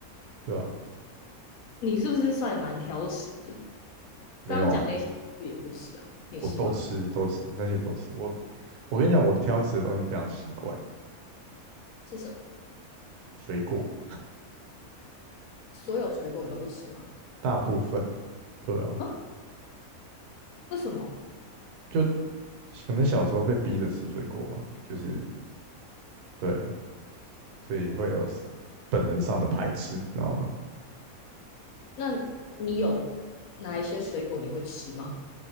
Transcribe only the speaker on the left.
你是不是算蛮挑食的？
刚刚讲那些你也不吃啊？你吃吗？
是什么？
所有水果你都不吃吗？
啊？为什么？
那你有哪一些水果你会吃吗？